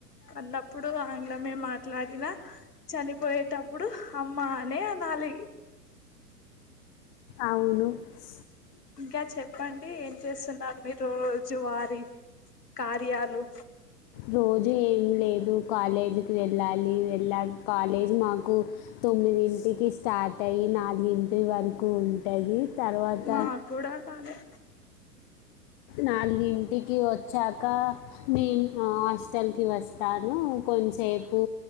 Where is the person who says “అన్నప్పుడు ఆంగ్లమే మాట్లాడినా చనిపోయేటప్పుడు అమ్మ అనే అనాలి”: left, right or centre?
Left